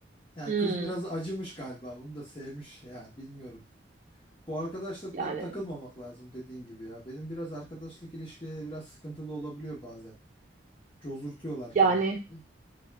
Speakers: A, on the left; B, on the right.
A: Yani
B: Hmm,
A: kız biraz acımış galiba. Bunu da sevmiş yani bilmiyorum. Bu arkadaşla
B: yani
A: pek takılmamak lazım dediğin gibi ya. Benim biraz arkadaşlık ilişkileri biraz sıkıntılı olabiliyor bazen. Cozurtuyorlar
B: yani
A: kendilerini.